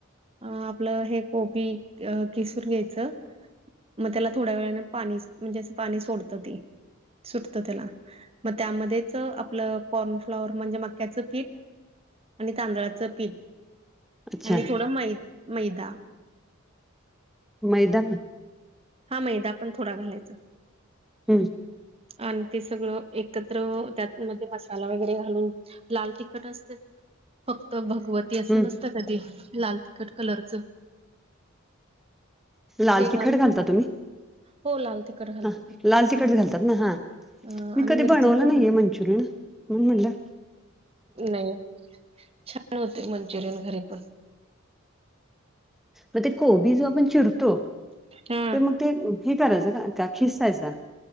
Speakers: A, on the right (about 30°); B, in the centre.
A: अ आपलं हे कोबी कि-किसून घ्यायचं. मग त्याला थोड्या वेळाने पाणी म्हणजे अस पाणी सोडतं ती. सुटत त्याला मग त्यामध्येच आपलं कॉर्नफ्लावर म्हणजे मक्याचं पीठ आणि तांदळाचं पीठ.
B: अच्छा
A: आणि थोडा मै-मैदा.
B: मैदा.
A: हा मैदा पण थोडा घालायचं.
B: हम्.
A: आणि ते सगळं एकत्र त्यात मध्ये असं मसाला वगैरे घालून लाल तिखट असते. फक्त भगवती अस
B: हम्म
A: कधी लाल तिखट कलरचं
B: लाल
A: ते घाल
B: तिखट घालता तुम्ही?
A: हो लाल तिखट. घालतो
B: हा.
A: की.
B: लाल तिखटच घालतात ना. हा.
A: अ,
B: मी
A: आणि
B: कधी
A: मिरचीचं
B: बनवलं नाहीये
A: पण
B: मंचुरियन. म्हणून म्हणलं.
A: नाही. छान होते मंचुरियन घरी पण.
B: मग ते कोबी जो आपण चिरतो,
A: हा
B: तर मग ते हे करायचं का खिसायचा?